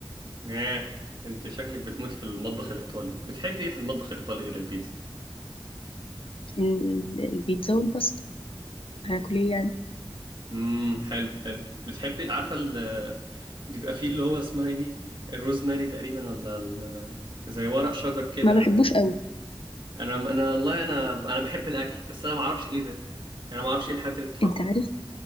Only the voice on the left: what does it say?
ال- البيتزا والباستا هاكل ايه يعني
ما بحبوش
قوي
انت عارف